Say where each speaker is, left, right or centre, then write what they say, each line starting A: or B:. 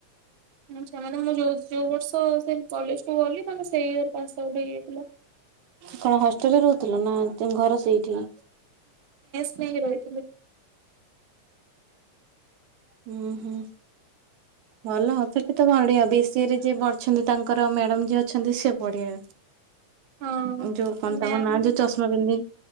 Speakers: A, on the right; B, on the right.
A: ଆଛା ମାନେ ମୁଁ ଯୋଉ ଯୋଉ ବର୍ଷ ସେ କଲେଜ କୁ ଗଲି, ତମେ ସେଇ ଇୟର ପାସ ଆଉଟ ହେଇଯାଇଥିଲ।
B: କଣ ହଷ୍ଟେଲ ରେ ରହୁଥିଲ, ନା ଘର ସେଇଠି?
A: ହଷ୍ଟେଲରେ ରହୁଥିଲି।
B: ହୁଁ ହୁଁ ଭଲ ଆଉ ସେଠି ତ ବଢିଆ ବି ସି ଏ ରେ ଯିଏ ବଢିଛନ୍ତି ତାଙ୍କର ମ୍ୟାଡାମ ଯିଏ ଅଛନ୍ତି, ସେ ବଢିଆ।
A: ହଁ।
B: ଯୋଉ ତାଙ୍କ
A: ମ୍ୟାମ୍
B: ନା ଯୋଉ ଚଷମା ପିନ୍ଧି